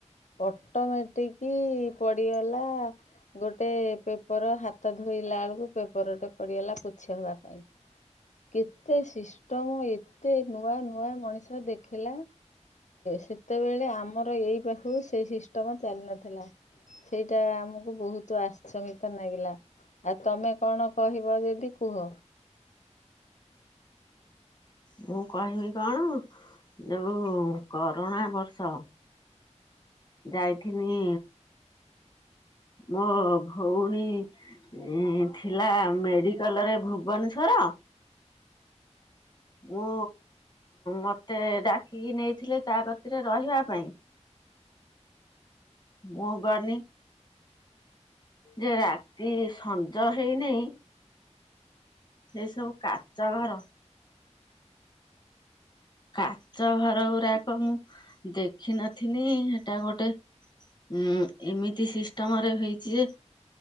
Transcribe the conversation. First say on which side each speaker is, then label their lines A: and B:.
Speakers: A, on the left (about 80°); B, on the left (about 35°).
A: ଅଟୋମେଟିକି ପଡିଗଲା ଗୋଟେ ପେପର ହାତ ଧୋଇଲା ଆଳକୁ ପେପରଟେ ପଡିଗଲା ପୋଛି ହେବା ପାଇଁ କେତେ ସିଷ୍ଟମ ଏତେ ନୂଆ ନୂଆ ମଣିଷ ଦେଖିଲା ସେତେବେଳେ ଆମର ଏଇ ପାଖକୁ ସେ ସିଷ୍ଟମ ଚାଲି ନଥିଲା। ସେଇଟା ଆମକୁ ବହୁତ ଆଶ୍ଚମ୍ବିତ ନାଗିଲା ଆଉ ତମେ କଣ କହିବ ଯଦି କୁହ?
B: ମୁଁ କହିବି କଣ ଯୋଉ କରୋଣା ବର୍ଷ ଯାଇଥିନି ମୋ ଭଉଣୀ ଇ ଥିଲା ମେଡିକାଲରେ ଭୁବନେଶ୍ଵର ମୁଁ ମତେ ଡାକିକି ନେଇଥିଲେ ତା କତିରେ ରହିବା ପାଇଁ। ମୁଁ ଗନି ଯେ ରାତି ସଞ୍ଜ ହେଇନେଇଁ ଏଇ ସବୁ କାଚ ଘର। କାଚ ଘର ଗୁରାକ ମୁଁ ଦେଖିନଥିନି ହେଟା ଗୋଟେ ଉଁ ଏମିତି ସିଷ୍ଟମରେ ହେଇଛି ଯେ,